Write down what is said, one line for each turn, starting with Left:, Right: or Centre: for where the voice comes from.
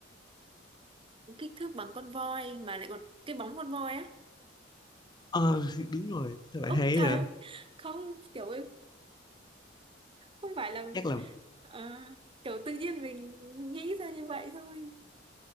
Right: Kích thước bằng con voi mà lại còn cái bóng con voi á.
Left: ờ thì đúng rồi sao bạn
Right: Úc
Left: hay
Right: trời
Left: vậy
Right: ơi. không kiểu không phải là
Left: chắc là
Right: ờ, kiểu tự nhiên mình nghĩ ra như vậy thôi